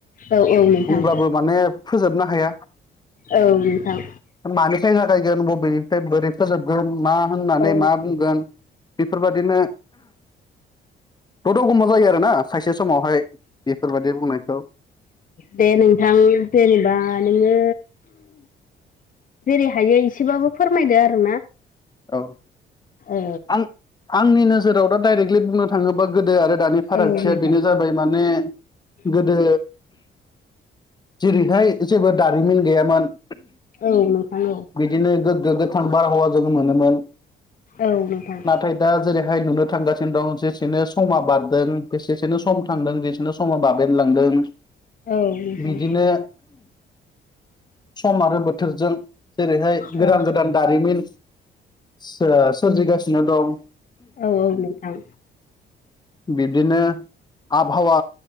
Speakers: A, on the left; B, on the left.
A: औ औ नोंथां।
B: बुंब्लाबो माने फोजोबनो हाया।
A: औ नोंथां।
B: मानिफ्राय जागायगोन बबेनिफ्राय बोरै फोजोबगोन मा होननानै
A: औ औ औ
B: मा बुंगोन बेफोरबादिनो दद' गम' जायो आरोना खाइ से समावहाय बेफोरबाय दि बुंनायखौ ‌।
A: दे नोंथां जेनेबा नोङो जेरै हायो एसेबाबो फोरमायदो आरोना।
B: औ
A: औ
B: आं आंनि नोजोराव दा डाइरेक्टलि बुंनो थाङोबा गोदो आरो दानि फारागथिया
A: औ नोंथां
B: बेनो जाबाय माने गोदो जेरैहाय जेबो दारिमिन गैयामोन।
A: औ नोंथां औ
B: बिदिनो गोगगो गोथां बारहावा जों मोनोमोन।
A: औ नोंथां।
B: नाथाय दा जेरैहाय नुनो थांगासिनो दं जेसेनो समा बारदों बेसेसेनो सम थांदों जेसेनो समाव बाबेनलांदों
A: औ। नोंथां
B: बिदिनो सम आरो बोथोरजों जेरैहाय
A: औ
B: गोदान गोदान दारिमिन सो-सोरजिगासिनो दं।
A: औ औ नोंथां।
B: बिब्दिनो आबहावा